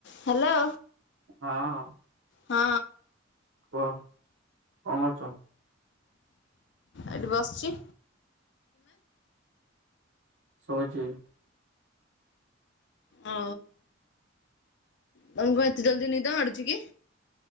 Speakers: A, on the left; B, on the right.
A: ହ୍ୟାଲୋ।
B: ହଁ,
A: ହଁ
B: କୁହ କଣ କରୁଚ?
A: ଏଠି ବସିଚି।
B: ସୋଉଚି।
A: ଓ ତମକୁ କଣ ଏତେ ଜଲ୍ଦି ନିଦ ମାଡୁଚି କି?